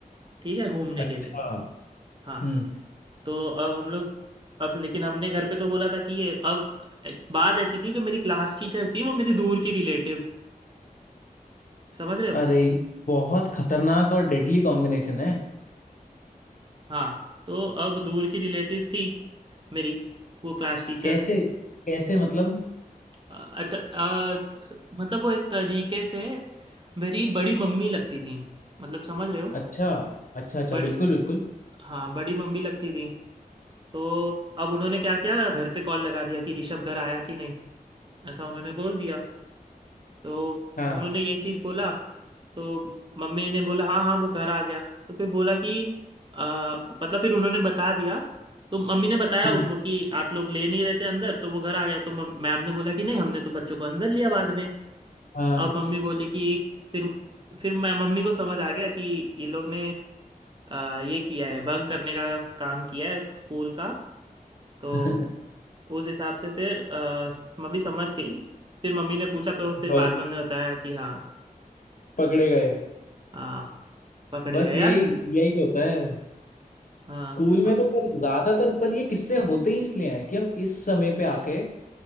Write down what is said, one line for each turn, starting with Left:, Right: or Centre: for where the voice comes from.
Right: ठीक है घूमने
Left: अच्छा
Right: के लिए हाँ
Left: हम्म
Right: तो अब हम लोग अब लेकिन हमने घर पे तो बोला था कि ये अब बात ऐसी थी जो मेरी क्लास टीचर थी वो मेरी दूर की रिलेटिव समझ रहे हो
Left: अरे ये बहुत खतरनाक और डेडली कॉम्बिनेशन है
Right: हाँ तो अब दूर की रिलेटिव थी मेरी वो क्लास टीचर
Left: कैसे कैसे मतलब
Right: अच्छा आ, मतलब वो एक तरीके से मेरी बड़ी मम्मी लगती थी मतलब समझ रहे हो
Left: अच्छा अच्छा अच्छा
Right: बड़ी
Left: बिल्कुल बिल्कुल
Right: हाँ बड़ी मम्मी लगती थी तो अब उन्होंने क्या किया घर पे कॉल लगा दिया कि ऋषभ घर आया कि नहीं ऐसा उन्होंने बोल दिया तो
Left: हाँ
Right: उन्होंने ये चीज़ बोला तो मम्मी ने बोला हाँ हाँ वो घर आ गया तो फिर बोला कि आ, मतलब फिर उन्होंने बता दिया तो मम्मी ने बताया
Left: हम्म,
Right: उनको कि आप लोग ले नहीं रहते अंदर तो वो घर आ गया तो मम- मैम ने बोला कि नहीं हमने तो बच्चों को अंदर लिया बाद में
Left: हाँ
Right: अब मम्मी बोली कि फिर फिर मैं मम्मी को समझ आ गया कि ये लोग ने आ, ये किया है भंग करने का काम किया है स्कूल का तो
Left: <laughs>
Right: उस हिसाब से फिर अ, मम्मी समझ गई फिर मम्मी ने पूछा तो फिर
Left: बस
Right: बाद में हमने बताया कि हाँ
Left: पकड़े गए
Right: हाँ पकड़े
Left: बस
Right: गए
Left: यही
Right: यार
Left: यही होता है
Right: हाँ
Left: स्कूल में
Right: व-
Left: तो पर ज्यादातर पर ये किस्से होते ही इसलिए हैं कि हम इस समय पे आके